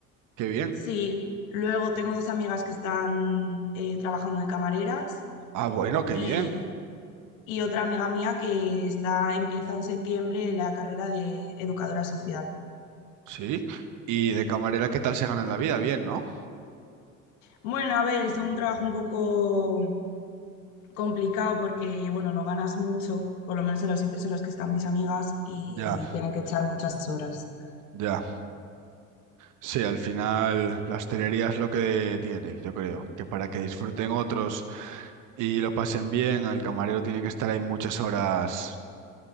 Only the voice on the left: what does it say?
Sí, luego tengo dos amigas que están eh, trabajando de camareras
y,
y otra amiga mía que está, empieza en septiembre la carrera de educadora social.
Bueno, a ver, es un trabajo un poco complicado porque, bueno, no ganas mucho, por lo menos en los sitios en los que están mis amigas y
tienen que echar muchas horas.